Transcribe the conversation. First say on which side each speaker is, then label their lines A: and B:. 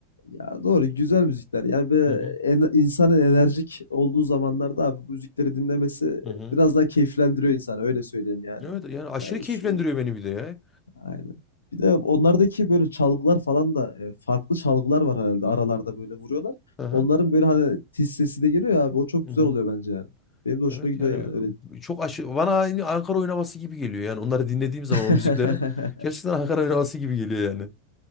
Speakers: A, on the left; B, on the left.
A: ya doğru güzel müzikler. Yani böyle
B: Hı hı.
A: en, insanın enerjik olduğu zamanlarda abi bu müzikleri dinlemesi
B: Hı hı.
A: biraz daha keyiflendiriyor insanı öyle söyleyeyim yani.
B: Evet yani aşırı
A: Yani
B: keyiflendiriyor
A: şu,
B: beni bir de ya.
A: aynen. Bir de onlardaki böyle çalgılar falan da eh, farklı çalgılar var herhalde aralarda böyle vuruyorlar.
B: Hı hı.
A: Onların böyle hani tiz sesi de geliyor ya abi o çok
B: Hı
A: güzel
B: hı.
A: oluyor bence yani. Benim de hoşuma
B: Evet
A: gidiyor
B: yani
A: yani öyle. diyeyim.
B: e, çok aşırı bana aynı Ankara oyun havası gibi geliyor yani onları dinlediğim zaman
A: <laughs>
B: o müzikleri gerçekten Ankara oyun havası gibi geliyor yani.